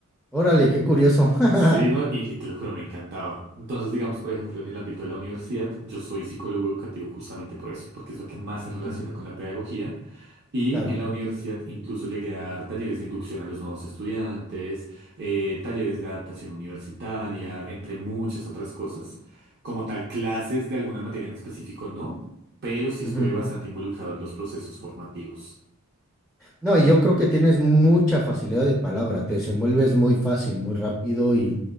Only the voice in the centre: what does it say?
Órale, qué curioso. <laughs>
Ujú,
claro.
Ujú.
No, y yo creo que tienes mucha facilidad de palabra, te desenvuelves muy fácil, muy rápido y,